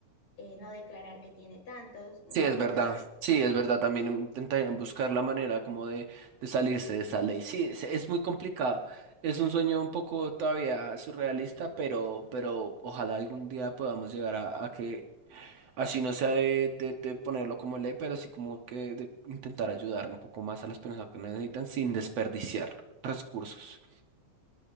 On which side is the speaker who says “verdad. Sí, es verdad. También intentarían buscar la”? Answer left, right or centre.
Right